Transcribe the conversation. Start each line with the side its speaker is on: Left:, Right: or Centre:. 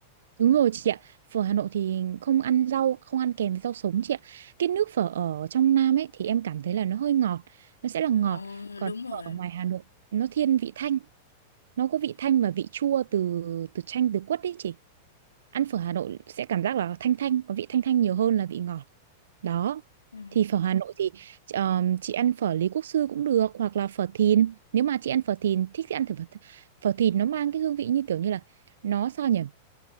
Right: Đúng rồi chị ạ, phở Hà Nội thì không ăn rau, không ăn kèm với rau sống chị ạ. Cái nước phở ở trong Nam ấy thì em cảm thấy là nó hơi ngọt, nó sẽ là ngọt.
Left: Ờ,
Right: Còn
Left: đúng rồi.
Right: phở ở ngoài Hà Nội nó thiên vị thanh, nó có vị thanh và vị chua từ từ chanh từ quất đấy chị. Ăn phở Hà Nội sẽ cảm giác là thanh thanh, có vị thanh thanh nhiều hơn là vị ngọt. Đó.
Left: Ừ.
Right: Thì phở Hà Nội thì ờ, chị ăn phở Lý Quốc Sư cũng được hoặc là phở Thìn. Nếu mà chị ăn phở Thìn thích thì ăn thử phở, phở Thìn nó mang cái hương vị như kiểu như là nó sao nhỉ?